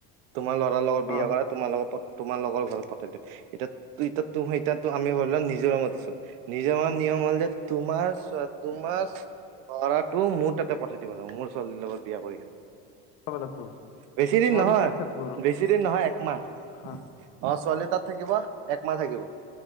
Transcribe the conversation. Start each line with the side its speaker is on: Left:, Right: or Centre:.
Right: তোমাৰ ল'ৰাৰ লগত
Left: অ
Right: বিয়া কৰাই তোমাৰ লগত তোমাৰ লোকৰ ঘৰত পঠাই দিওঁ এ তুমি আমি ধৰি ল মিজুৰামত আছো মিজুৰামত ম তোমাৰ তোমাৰা ল'ৰাটো মোৰ তাতে পঠাই দিব লাগিব মোৰ ছোৱালীৰ লগত বিয়া কৰি কিনে
Left: চাব লাগিব
Right: বেছি দিন
Left: ছোৱালী
Right: নহয়।
Left: তাত থাকিব আৰু
Right: বেছি দিন নহয় একমাহ
Left: হা
Right: অ' ছোৱালী তাত থাকিব একমাহ থাকিব।